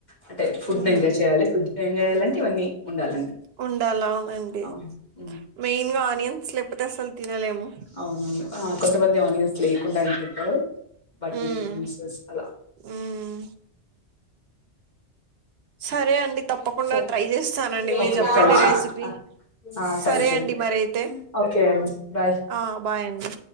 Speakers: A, on the left; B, on the right.
A: అంటే ఫుడ్
B: ఉమ్
A: ఎంజాయ్ చేయాలే ఫుడ్ ని ఎంజాయ్ చేయాలంటే ఇవన్నీ ఉండాలండి
B: ఉండలా అవునండి
A: అవును హ్మ్.
B: మెయిన్ గా ఆనియన్స్ లేకపోతే అసలు తినలేము
A: అవునువును కొంతమంది ఆనియన్స్ లేకుండా అయిన తింటారు బట్
B: ఉమ్
A: విత్ జ్యూసెస్ అలా
B: ఉమ్ సరే అండి తప్పకుండా
A: సో
B: ట్రై చేస్తానండి మీరు
A: ఓకే
B: చెప్పిండే
A: ట్రై చెయ్
B: రెసిపీ
A: ట్రై
B: సరే
A: చెయ్
B: అండి మరయితే
A: ఓకే బాయ్
B: ఆ బాయ్ అండి